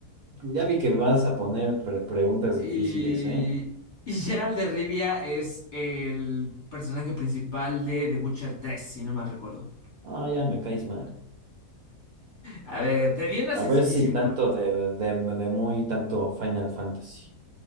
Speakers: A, on the right; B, on the left.
A: ya vi que me vas a poner pre- preguntas
B: Y,
A: difíciles, ¿eh?
B: y Gerald de Rivia es el personaje principal de The Witcher 3, si no mal recuerdo.
A: Ah, ya me caes mal.
B: A ver, te di una
A: A
B: sencillísima.
A: ver si tanto de, de, de muy tanto Final Fantasy.